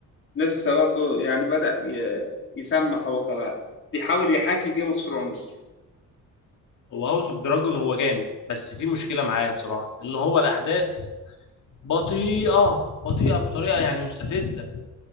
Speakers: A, on the left (about 40°); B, on the left (about 65°).
A: لسه برضو يعني بدأ ي- يسمح هو كمان بيحاول يحاكي جيم اوف ثرونز
B: هو هاوس اوف دراجون هو جامد بس في مشكله معايا بصراحه ان هو الاحداث بطيئه بطيئه بطريقه يعني مستفزه